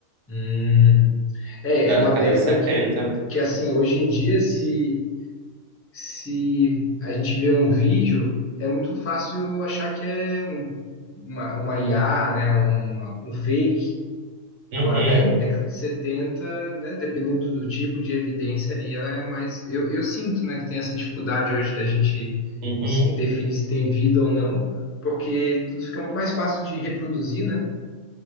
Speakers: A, on the left; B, on the right.
A: Hum. É,
B: da
A: é uma
B: década
A: década
B: de setenta
A: que, que assim, hoje em dia, se, se a gente vê um vídeo, é muito fácil achar que é um, uma, uma IA, né? Uma, um fake. Agora,
B: Uhum,
A: da década de 70, né, dependendo do tipo de evidência ali, ela é mais. Eu, eu sinto, né, que tem essa dificuldade hoje da gente
B: uhum.
A: conseguir definir se tem vida ou não, porque tudo fica muito mais fácil de reproduzir, né?